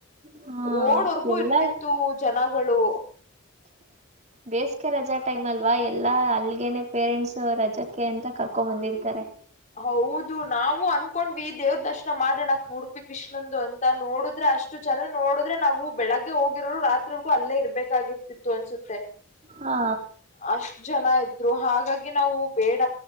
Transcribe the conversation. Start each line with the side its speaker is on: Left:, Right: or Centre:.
Right: ಹಾ
Left: ರೋಡ್ವರ್ಗೂ
Right: ಎಲ್ಲಾ
Left: ಇರ್ತಿತ್ತು ಜನ ಹಣಗಳು
Right: ಬೇಸ್ಗೆ ರಜಾ ಟೈಮ್ ಅಲ್ವಾ ಎಲ್ಲಾ ಅಲ್ಗೆೇನೆ ಪೇರೆಂಟ್ಸ್ ರಜಾಕ್ಕೆ ಅಂತ ಕರ್ಕೊ ಬಂದಿರ್ತಾರೆ
Left: ಹೌದು ನಾವು ಅನ್ಕೊಂಡ್ವಿ ದೇವ್ರ ದರ್ಶನ ಮಾಡೋಣ ಉಡುಪಿ ಕೃಷ್ಣಂದು ಅಂತ ನೋಡುದ್ರೆ ಅಷ್ಟು ಜನ ನೋಡಿದ್ರೆ ನಾವು ಬೆಳಗ್ಗೆ ಹೋಗಿರೋರು ರಾತ್ರಿಗೂ ಅಲ್ಲೇ ಇರ್ಬ ಬೇಕಾಗಿತಿತ್ತು ಅನ್ಸುತ್ತೆ
Right: ಹಾ
Left: ಅಷ್ಟ ಜನ ಇದ್ದ ರು ಹಾಗಾಗಿ ನಾವು ಬೇಡ